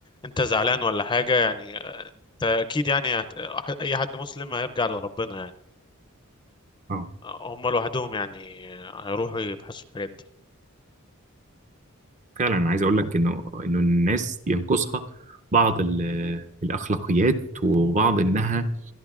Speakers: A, on the left; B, on the right.
A: انت زعلان ولا حاجة يعني انت اكيد يعني هت- اي حد مسلم هيرجع لربنا يعني
B: اه
A: هم لوحدهم يعني هيروحوا يبحثوا في الحاجات دي
B: فعلا انا عايز اقول لك انه انه الناس ينقصها بعض ال- الاخلاقيات وبعض انها